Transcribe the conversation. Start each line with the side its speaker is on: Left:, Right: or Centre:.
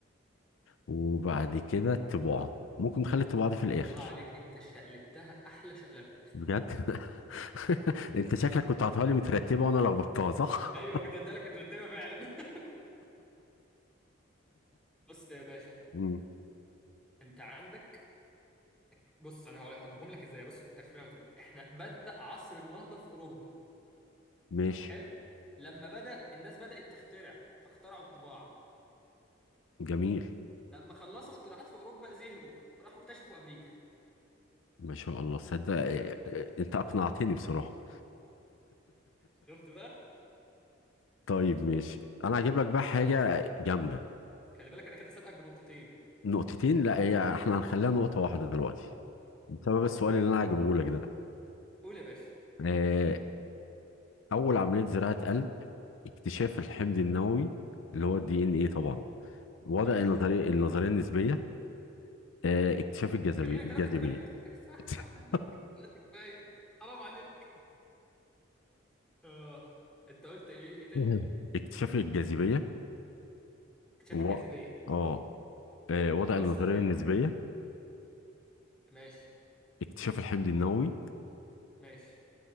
Left: وبعد كده الطباعة ممكن نخلي الطباعة دي في الآخر
Centre: الله عليك انت شقلبتها احلى شقلبه
Left: بجد <laughs> أنت شكلك كنت عطاها لي مترتبة وأنا لخبطتها صح؟
Centre: <laughs> ايوه كنت ادالك كنت مرتبها فعلا <laughs> بص يا باشا
Left: <laughs> مم.
Centre: انت عندك بص انا هقول- هجيبهم لك ازاي بص الترتيب اللي انا بتقول احنا بدأ عصر النهضه في اوروبا
Left: ماشي
Centre: حلو لما بدأ الناس بدأت تخترع فاخترعوا الطباعه
Left: جميل
Centre: لما خلصوا اختراعات في اوروبا زهقوا راحوا اكتشفوا امريكا
Left: ما شاء الله صدق آه، آه، أنت أقنعتني بصراحة
Centre: شفت بقى
Left: طيب ماشي انا هجيب لك بقى حاجه جامده
Centre: خلي بالك انا كده سابقك بنقطتين
Left: نقطتين لا هي احنا هنخليها نقطه واحده دلوقتي بسبب السؤال
Centre: طب
Left: اللي انا هجيبه لك ده
Centre: قول يا باشا
Left: آه، اول عمليه زراعه قلب اكتشاف الحمض النووي اللي هو الدي ان ايه طبعا وضع
Centre: ماشي
Left: النظريه النظريه النسبيه آه، اكتشاف الجاذبيه
Centre: خلينا ثلاثة
Left: الجاذبيه
Centre: كفاية انت كده كفاية
Left: <laughs>
Centre: حرام عليك ثلاثة كفاية حرام عليك اه انت قلت ايه ايه تاني
Left: مهم. اكتشاف الجاذبيه
Centre: اكتشاف
Left: و...
Centre: الجاذبية
Left: اه آه، وضع
Centre: اصلا
Left: النظريه
Centre: يعني
Left: النسبيه
Centre: ماشي
Left: اكتشاف الحمض النووي
Centre: ماشي